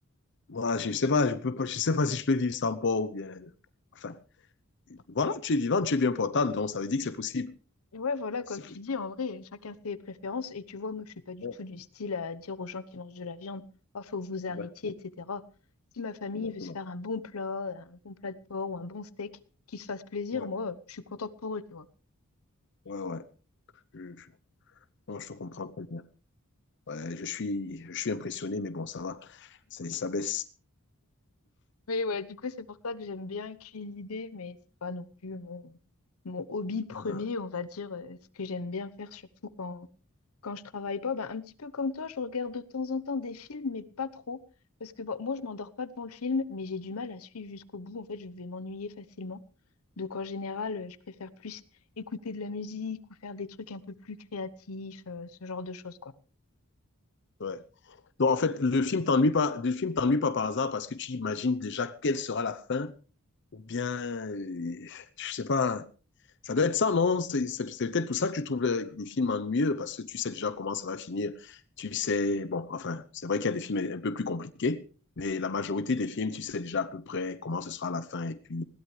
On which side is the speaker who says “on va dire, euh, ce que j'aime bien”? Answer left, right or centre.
Left